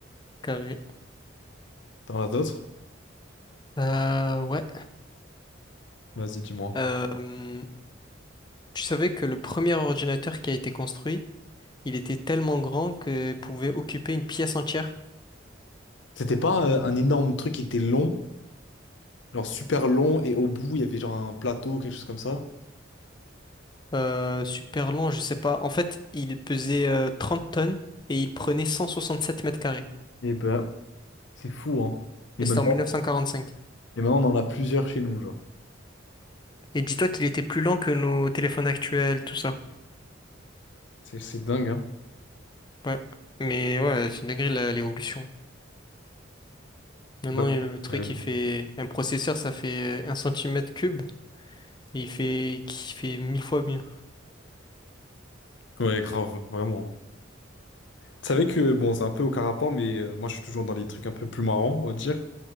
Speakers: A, on the left (about 20°); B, on the left (about 65°).
A: carré.
B: T'en as d'autres?
A: Euh, ouais.
B: Vas-y, dis-moi.
A: Euh, tu savais que le premier ordinateur qui a été construit, il était tellement grand qu'il pouvait occuper une pièce entière.
B: C'était pas euh, un énorme truc qui était long, genre super long, et au bout, il y avait genre un plateau, quelque chose comme ça.
A: Euh, super long, je sais pas. En fait, il pesait euh, 30 tonnes et il prenait 167 mètres carrés.
B: Et ben, c'est fou, hein. Et
A: Et
B: maintenant,
A: c'était en mille neuf cent quarante cinq
B: et maintenant, on en a plusieurs chez nous, genre.
A: Et dis-toi qu'il était plus lent que nos téléphones actuels, tout ça.
B: C'est c'est dingue, hein.
A: Ouais. Mais ouais, c'est une dinguerie la- l'évolution. Maintenant,
B: Bah,
A: il y a le truc,
B: euh,
A: il fait... Un processeur, ça fait euh, un centimètre cube. Et il fait... qui fait mille fois mieux.
B: ouais, grave, vraiment. Tu savais que, bon, c'est un peu aucun rapport, mais euh, moi je suis toujours dans les trucs un peu plus marrants, on va dire.